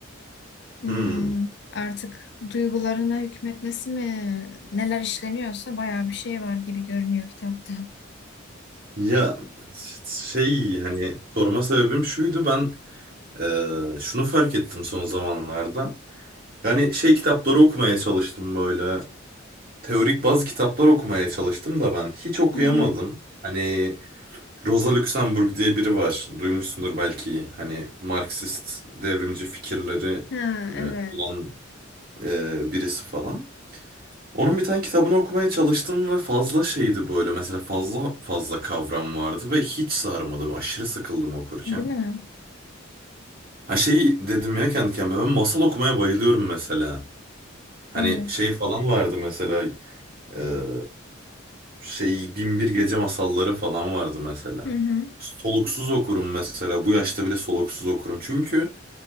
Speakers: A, on the left (about 55°); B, on the right (about 45°).
A: hmm,
B: Hmm.
A: artık duygularına hükmetmesi mi neler işleniyorsa bayağı bir şey var gibi görünüyor kitapta.
B: Ya şey hani sorma sebebim şuydu ben e, şunu fark ettim son zamanlarda. Yani şey kitapları okumaya çalıştım böyle teorik bazı kitaplar okumaya çalıştım da ben hiç okuyamadım.
A: Hı hı.
B: Hani Rosa Luxemburg diye biri var. Duymuşsundur belki. Hani Marksist devrimci fikirleri
A: Ha,
B: e,
A: evet.
B: olan e, birisi falan. Onun bir tane kitabını okumaya çalıştım ve fazla şeydi böyle. Mesela fazla fazla kavram vardı ve hiç sarmadı. Aşırı sıkıldım okurken.
A: Değil mi?
B: Ha şey dedim ya kendi kendime ben masal okumaya bayılıyorum mesela. Hani
A: Evet.
B: şey falan vardı mesela Ee, şey Bin bir Gece Masalları falan vardı mesela.
A: Hı hı.
B: Soluksuz okurum mesela. Bu yaşta bile soluksuz okurum. Çünkü